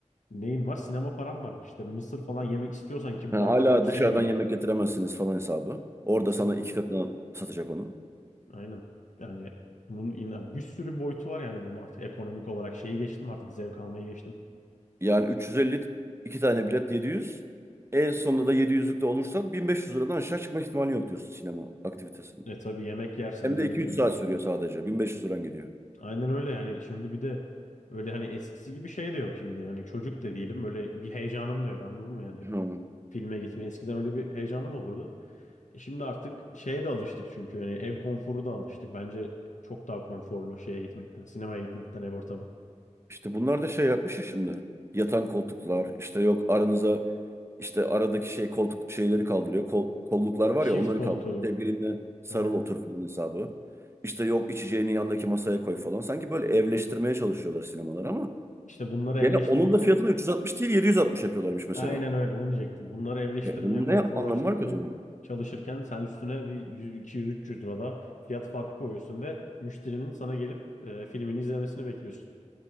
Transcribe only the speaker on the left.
Neyin var? Sinema paran var. İşte mısır falan yemek istiyorsan ki
bu
artık lükse
giriyor.
Kesinlikle.
Aynen. Yani bunun in- bir sürü boyutu var yani bunun artık ekonomik olarak şeyi geçtim artık zevk almaya geçtim.
E tabii yemek yersen
ne bileyim
Aynen öyle yani şimdi bir de öyle hani eskisi gibi şey de yok şimdi. yani çocuk da değilim öyle bir heyecanım da yok anladın mı yani
filme gitmeye eskiden öyle bir heyecanım olurdu. E şimdi artık şeye de alıştık çünkü yani ev konforu da alıştık. Bence çok daha konforlu şeye gitmekten, sinemaya gitmekten ev ortamı.
Çift
koltuğu
aynen.
İşte bunları
evleştirirken
Aynen öyle onu diyecektim. Bunları evleştirmeye,
konforlaştırmaya
çalışırken sen üstüne bir 100, 200, 300 da fiyat farkı koyuyorsun ve müşterinin sana gelip e, filmini izlemesini bekliyorsun.